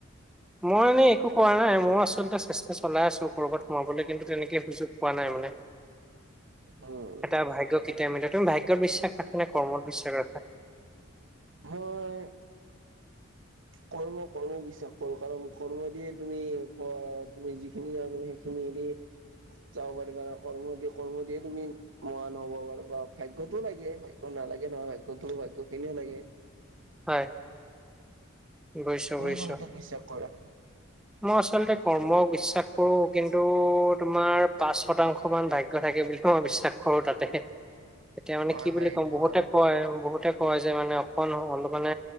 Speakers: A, in the centre; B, on the right.
A: মই মানে একো কৰা নাই মই আচলতে চেষ্টা চলাই আছো কৰ'বাত সোমাবলৈ, কিন্তু তেনেকে সুযোগ পোৱা নাই মানে।
B: উম
A: এতিয়া ভাগ্যত কেতিয়া মিলে! তুমি ভাগ্যত বিশ্বাস ৰাখা নে কৰ্মত বিশ্বাস ৰাখা?
B: মই কৰ্ম, কৰ্মত বিশ্বাস কৰোঁ। কাৰণ কৰ্ম দিয়ে তুমি, এনেকুৱা তুমি যিখিনি আৰু তুমি সেইখিনি <unintelligible> যাব পাৰিবা। কৰ্ম দিয়ে- কৰ্ম দিয়ে তুমি মহান হ'ব পাৰিবা। ভাগ্যটোও লাগে। ভাগ্য নালাগে নহয়, কিন্তু ভাগ্যখিনিয়ো লাগে।
A: হয়। বুজিছো
B: তুমি
A: বুজিছো।
B: কোনটোক বিশ্বাস কৰা?
A: মই আচলতে কৰ্মক বিশ্বাস কৰোঁ, কিন্তু তোমাৰ পাঁচ শতাংশ মান ভাগ্য থাকে বুলি মই বিশ্বাস কৰোঁ তাতে। এতিয়া মানে
B: হয়
A: কি
B: হয়
A: বুলি
B: এইটো
A: ক'ম, বহুতে
B: হয়
A: কয়, বহুতে কয় যে মানে অকণ অলপ মানে